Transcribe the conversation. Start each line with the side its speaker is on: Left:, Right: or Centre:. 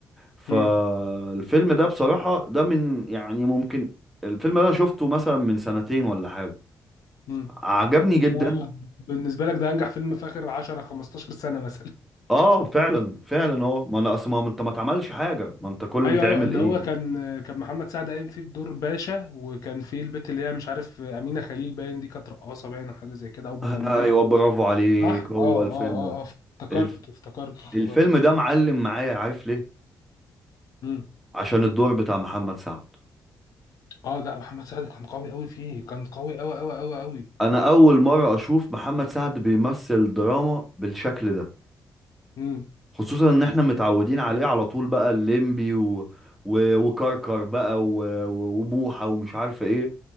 Centre: فالفيلم
Left: امم
Centre: ده بصراحة ده من يعني ممكن الفيلم ده شفته مثلا من سنتين ولا حاجة
Left: امم
Centre: عجبني
Left: ده
Centre: جدا
Left: بالنسبه لك ده انجح فيلم في اخر 10 15 سنه مثلا
Centre: اه فعلا فعلا هو ما انا اصل ما ما انت ما اتعملش حاجه ما انت كل اللي
Left: ايوه
Centre: بيتعمل
Left: ايوه اللي
Centre: ايه
Left: هو
Centre: يعني
Left: كان كان محمد سعد قايم فيه بدور باشا وكان فيه البت اللي هي مش عارف امينه خليل باين دي كانت رقاصه باين او حاجه زي كده او مغنيه
Centre: آه، ايوه برافو عليك
Left: صح اه
Centre: هو
Left: اه
Centre: الفيلم
Left: اه
Centre: ده
Left: اه افتكرت
Centre: الف...
Left: افتكرت افتكرت
Centre: الفيلم ده معلم معايا عارف ليه
Left: امم
Centre: عشان الدور بتاع محمد سعد
Left: اه لا محمد سعد كان قوي قوي فيه كان قوي قوي قوي قوي قوي
Centre: انا اول مره اشوف محمد سعد بيمثل دراما بالشكل ده
Left: امم
Centre: خصوصا ان احنا متعودين عليه على طول بقى الليمبي و... و... وكركر بقى و... و- وبوحه ومش عارف ايه